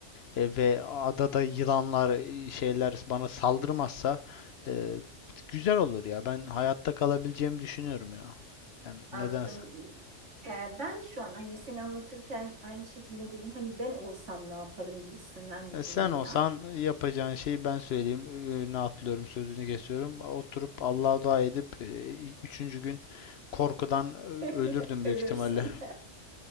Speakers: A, on the left; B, on the right.
A: e, ve adada yılanlar e, şeyler bana saldırmazsa e, güzel olur ya. Ben hayatta kalabileceğimi düşünüyorum ya. Yani
B: Anladım.
A: nedense.
B: E, ben şu an hani seni anlatırken aynı şekilde dedim hani ben olsam ne yaparım gibisinden düşündüm
A: E, sen olsan
B: bir an.
A: yapacağın şeyi ben söyleyeyim. Önüne atlıyorum, sözünü kesiyorum. Oturup Allah'a dua edip e, üçüncü gün korkudan e,
B: <laughs>
A: ölürdüm
B: Ölürsün.
A: büyük ihtimalle.